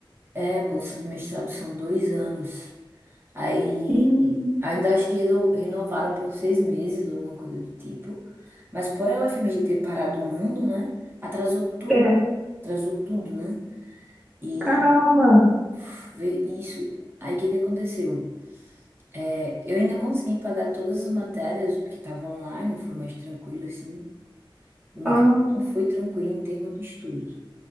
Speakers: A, on the right; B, in the centre.
A: É, bolsa de mestrado são dois anos. Aí
B: Hum,
A: ainda acho que reno- renovaram por seis meses, alguma coisa do tipo. Mas por a UFMG ter parado um ano, né? Atrasou tudo.
B: É,
A: Atrasou tudo, né? E
B: caramba.
A: uf, vê isso. Aí o que que aconteceu? É, eu ainda consegui pagar todas as matérias, porque estava online, foi mais tranquilo, assim. Não
B: Aham.
A: não foi tranquilo em termos de estudos.